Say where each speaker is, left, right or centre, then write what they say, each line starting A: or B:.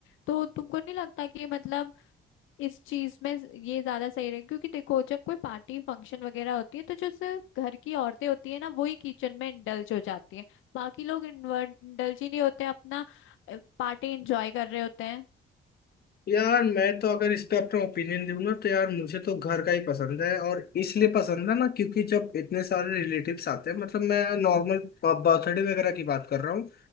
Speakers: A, on the left (about 80°); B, on the left (about 50°).
A: तो तुमको नहीं लगता कि मतलब इस चीज में ये ज्यादा सही रहेगा क्योंकि देखो जब कोई पार्टी फंक्शन वगैरह होती है तो जो सिर्फ घर की औरतें होती है ना वही किचन में इंडल्ज हो जाती है बाकी लोग इंडल्ज ही नहीं होते अपना पार्टी एंजॉय कर रहे होते हैं
B: यार मैं तो अगर इस पे अपना ओपिनियन दूं ना तो यार मुझे तो घर का ही पसंद है और इसलिए पसंद है ना क्योंकि जब इतने सारे रिलेटिव्स आते हैं मतलब मैं नॉर्मल बर्थडे वगैरह की बात कर रहा हूँ